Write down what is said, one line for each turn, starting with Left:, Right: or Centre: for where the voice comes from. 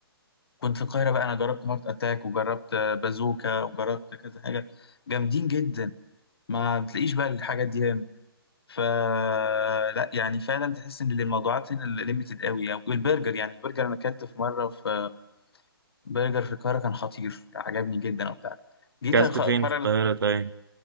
Left: كنت في القاهره بقى انا جربت هارت اتاك وجربت آه، بازوكا وجربت كذا حاجه جامدين جدا ما بتلاقيش بقى الحاجات دي هنا فلا يعني فعلا تحس ان الموضوعات هنا ليميتد قوي يعني والبرجر يعني البرجر انا اكلت في مره في برجر في القاهره كان خطير عجبني جدا وبتاع جيت
Right: كلت
Left: الخ-
Right: فين
Left: المره
Right: في القاهرة طيب